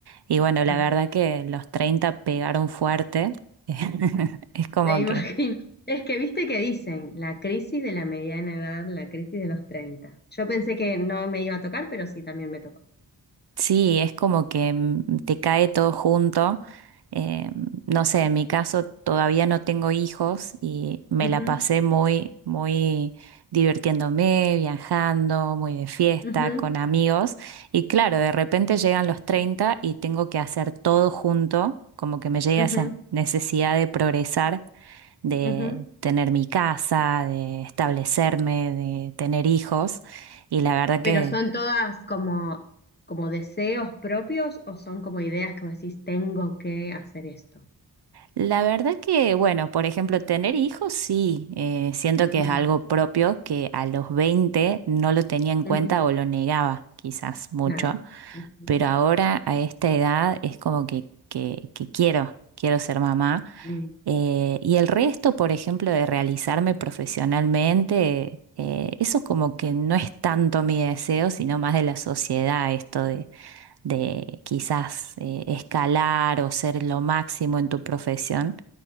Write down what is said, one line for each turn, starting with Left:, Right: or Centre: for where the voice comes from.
Right: y bueno, la
Left: Ah,
Right: verdad
Left: bien,
Right: que los 30 pegaron fuerte. <laughs> Es como
Left: me <laughs> imagino.
Right: que
Left: Es que viste que dicen la crisis de la mediana edad, la crisis de los 30. Yo pensé que no me iba a tocar, pero sí también me tocó.
Right: Sí, es como que mm, te cae todo junto. Eh, no sé, en mi caso todavía no tengo hijos y me
Left: Ujú,
Right: la pasé muy, muy divirtiéndome, viajando, muy de fiesta,
Left: ujú,
Right: con amigos. Y claro, de repente llegan los 30 y tengo que hacer todo junto, como que me llega
Left: ujú,
Right: esa necesidad de progresar, de
Left: ujú.
Right: tener mi casa, de establecerme, de tener hijos. Y la verdad que
Left: Pero son todas como, como deseos propios o son como ideas que vos decís, tengo que hacer esto.
Right: La verdad que, bueno, por ejemplo, tener hijos, sí, eh, siento que
Left: Mm,
Right: es algo propio que a los 20 no lo tenía en
Left: ujú,
Right: cuenta o lo negaba quizás mucho,
Left: claro. Sí, sí.
Right: pero ahora a esta edad es como que, que, que quiero, quiero ser mamá.
Left: Mm,
Right: Eh, y el resto, por ejemplo, de realizarme profesionalmente, eh, eso como que no es tanto mi deseo, sino más de la sociedad, esto de, de quizás eh, escalar o ser lo máximo en tu profesión.